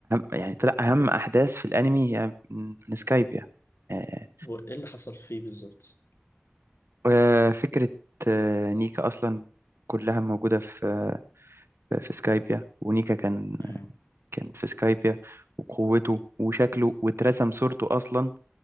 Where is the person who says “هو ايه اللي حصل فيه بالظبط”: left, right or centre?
Left